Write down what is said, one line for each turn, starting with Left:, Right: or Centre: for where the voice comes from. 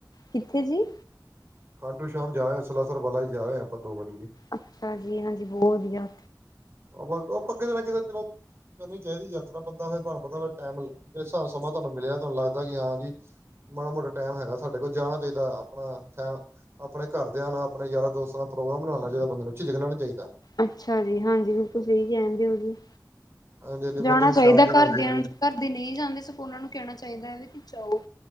Left: ਕਿੱਥੇ ਜੀ
Right: ਖਾਟੂ ਸ਼ਾਮ ਜਾਏ ਸਲਾਸਰ ਬਾਲਾ ਜੀ ਜਾ ਆਏ ਆਪਾਂ ਦੋ ਵਾਰੀ
Left: ਅੱਛਾ ਜੀ ਹਾਂਜੀ ਬੋ ਵਧੀਆ।
Right: ਉਹ ਉਹ ਪੱਕਾ ਕਿ <unintelligible> ਕਰਨੀ ਚਾਹੀਦੀ ਯਾਤਰਾ ਬੰਦਾ ਫਿਰ ਤੁਹਾਨੂੰ ਪਤਾ ਟੈਮ ਜਿਸ ਹਿਸਾਬ ਸਮਾਂ ਤੁਹਾਨੂੰ ਮਿਲਿਆ ਤੁਹਾਨੂੰ ਲੱਗਦਾ ਕਿ ਹਾਂ ਜੀ ਮਾੜਾ ਮੋਟਾ ਟੈਮ ਹੈਗਾ ਸਾਡੇ ਕੋਲ ਜਾਣਾ ਚਾਹੀਦੈ ਆਪਾਂ ਆਪਣਾ ਆਪਣੇ ਘਰਦਿਆਂ ਨਾਲ ਆਪਣੇ ਯਾਰਾਂ ਦੋਸਤਾਂ ਨਾਲ ਪ੍ਰੋਗਰਾਮ ਬਣਾਣਾ ਚਾਹੀਦਾ ਬੰਦੇ ਨੂੰ ਝਿਜਕਣਾ ਨੀ ਚਾਹੀਦਾ
Left: ਅੱਛਾ ਜੀ। ਹਾਂਜੀ। ਬਿਲਕੁਲ ਸਹੀ ਕਹਿਣ ਦੇਓ ਜੀ।
Right: ਹਾਂਜੀ ਹਾਂਜੀ
Left: ਜਾਣਾ
Right: ਬੰਦੇ ਨੂੰ
Left: ਚਾਹੀਦੈ
Right: ਸ਼ਾਂਤੀ
Left: ਘਰਦਿਆਂ
Right: ਮਿਲਦੀ ਜੀ
Left: ਨੂੰ ਘਰ ਦੇ ਨਹੀਂ ਜਾਂਦੇ ਸਗੋਂ ਉਹਨਾਂ ਨੂੰ ਕਹਿਣਾ ਚਾਹੀਦੈ ਕਿ ਜਾਓ।